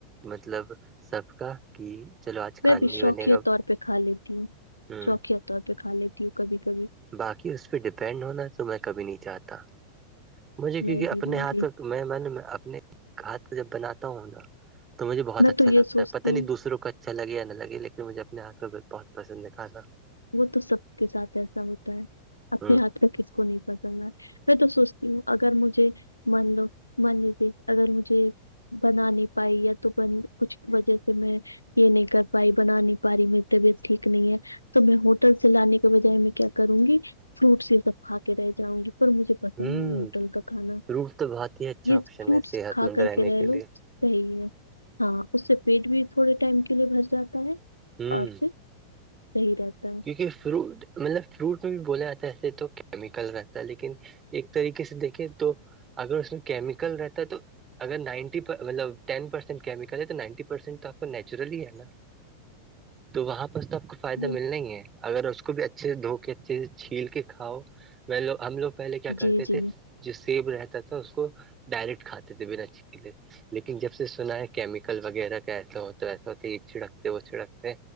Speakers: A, on the right (about 20°); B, on the left (about 85°).
A: مطلب سب کا کہ چلو کھان
B: میں بھی
A: نہیں
B: شوقیہ
A: بنے گا
B: طور پہ کھا لیتی ہوں
A: ہ
B: شوقیہ طور پہ کھا لیتی ہوں کبھی کبھی
A: باقی اس پہ ڈیپینڈ ہونا تو میں کبھی نہیں چاہتا مجھے کیونکہ
B: میں بھی
A: اپنے
B: میں
A: ہاتھ
B: بھی
A: کا میں میں نے اپنے ہاتھ کا جب بناتا ہوں نا تو مجھے بہت
B: میں
A: اچھا
B: تو یہ
A: لگ
B: سوچتی
A: ہےتاہ نہیں
B: ہوں
A: دوسروں کا اچھا لگے یا نہ لگے لیکن مجھے اپنے ہاتھ پ بھی بہت پسند ہے کھانا
B: وہ تو سب کے ساتھ ایسا ہوتا ہے اپنے
A: ہ
B: ہاتھ کاک ک کو نہیں پسندنا میں تو سوچتی ہوں اگر مجھے مان لو مان لیے اگر مجھے بنا نہیں پائی یا تو بن کچھ وجہ سے میں یہ نہیں کر پائی بنا نہیں پا رہی میری طبیعت ٹھیک نہیں ہے تو میں ہوٹل سے لانے کے بجائے میں کیا کروں گی فروٹس یہ سب کھا کے رہ جاؤں گی پر مجھے پسند
A: ہ
B: نہیں ہوٹل کا کھانا
A: فروٹ تو بہت ہی اچھا
B: یہ
A: آپشن
B: فروٹس
A: ہے صحت
B: کھا
A: مند
B: کر
A: رہنے
B: کے رہ
A: لیے
B: لو صحیح ہے ہاں اس سے پیٹ بھی تھوڑے ٹائم کے لیے بھر جاتا ہے
A: ہ
B: اور پھر صحیح رہتا ہے
A: کیونکہ فروٹ مطلب فروٹ میں بھی بولا جاتا ہے ایسے تو کیمیکل رہتا ہے لیکن ایک طریقے سے دیکھیں تو اگر اس میں کیمیکل رہتا ہے تو اگر نائنٹی مطلب ٹینسینٹ کیمیکل ہے تو نائنٹی پرسینٹ تو آپ کو نیچرل ہی ہے نا تو وہاں پر تب فائدہ مل
B: یہ
A: نہیں ہے اگر اس کو بھی اچھے سے دھو کے اچھے سے چھیل کے کھاؤ میںو ہم لوگ پہلے کیا کرتے
B: جی جی
A: تھے جو سیب رہتا تھا اس کو ڈائریکٹ کھاتے تھے بناچھیلے لیکن جب سے سنا ہے کیمیکل وغیرہ کاسا ہوتا ایسا ہوتا یہ چھڑکتے وہ چھڑکتے